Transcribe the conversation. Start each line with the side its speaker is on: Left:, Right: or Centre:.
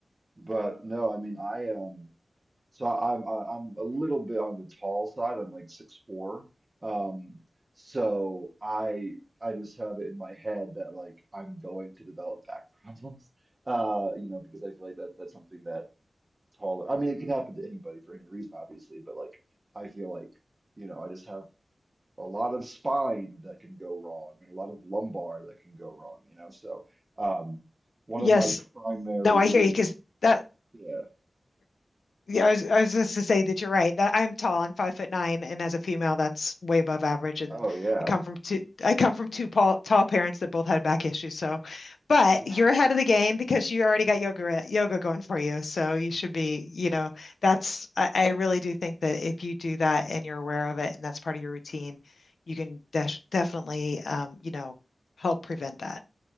Right: But no, I mean, I um. So I'm I- I'm a little bit on the tall side. I'm like six four. Um, so I I just have it in my head that like I'm going to develop back <laughs> problems. Uh, you know, because I feel like that that's something that tall. I mean, it can happen to anybody for any reason, obviously, but like I feel like you know I just have a lot of spine that can go wrong and a lot of lumbar that can go wrong. You know, so um, one
Left: Yes.
Right: of my primary
Left: No, I
Right: reasons.
Left: hear you because that
Right: Yeah.
Left: Yeah, I was, I was just to say that you're right. That I'm tall. I'm five foot nine, and as a female, that's way above average. And
Right: Oh yeah.
Left: I come from two. I come from two tall, tall parents that both had back issues. So, but
Right: Yeah.
Left: you're ahead of the game because you already got yoga yoga going for you. So you should be. You know, that's. I, I really do think that if you do that and you're aware of it and that's part of your routine, you can def definitely, um, you know, help prevent that.